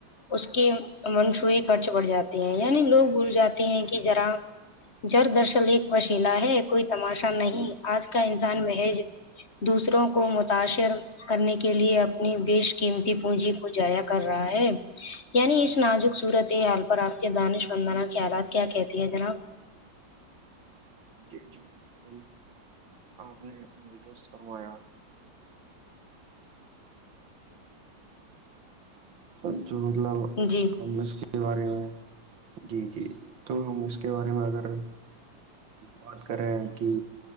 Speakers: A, on the left; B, on the right.
A: اس کی منسوئیی خرچ بڑھ جاتی ہیں یعنی لوگ بھول جاتے ہیں کہ ذرا جر درصل ایک وشیلا ہے کوئی تماشا نہیں آج کا انسان مہیج دوسروں کو متاثر کرنے کے لیے اپنی بیش قیمتی پونجی کو جضایا کر رہا ہے یعنی اس نازک صورت حال پر آپ کے دانش وندناہ کے حالات کیا کہتی ہے جناب
B: ٹیک جی بالکل آپ نے انست فروایا جو مطلب
A: جی
B: ہم اس کے بارے میں جی جی تو ہم اس کے بارے میں اگر بات کر رہا ہیں کہ